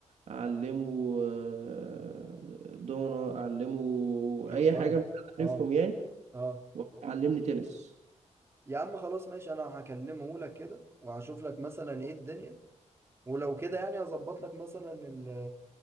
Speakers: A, on the right; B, on the right.
A: اعلمه آه، دومنا اعلمه
B: شطرنج
A: اي حاجه مش
B: اه
A: عارفهم يعني
B: اه
A: وعلمني تنس
B: يا عم خلاص ماشي انا هكلمه لك كده وهشوف لك مثلا ايه الدنيا ولو كده يعني هظبط لك مثلا ال...